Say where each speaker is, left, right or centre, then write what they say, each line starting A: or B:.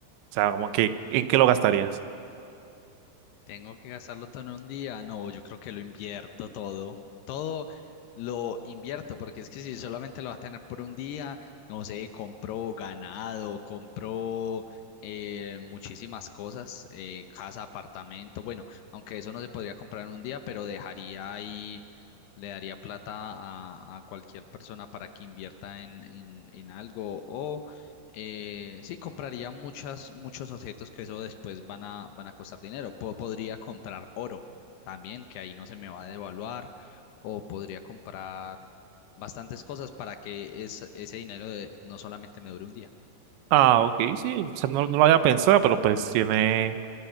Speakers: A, on the right; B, on the left.
A: O sea, como que, ¿en qué lo gastarías?
B: Tengo que gastarlo todo en un día. No, yo creo que lo invierto todo. Todo lo invierto, porque es que si solamente lo vas a tener por un día, no sé, compro ganado, compro eh, muchísimas cosas, eh, casa, apartamento. Bueno, aunque eso no se podría comprar en un día, pero dejaría ahí, le daría plata a, a cualquier persona para que invierta en, en, en algo o eh, sí, compraría muchas, muchos objetos que eso después van a, van a costar dinero. Po- podría comprar oro también, que ahí no se me va a devaluar, o podría comprar bastantes cosas para que es- ese dinero de- no solamente me dure un día.
A: Ah, ok, sí. O sea, no, no lo había pensado, pero pues tiene.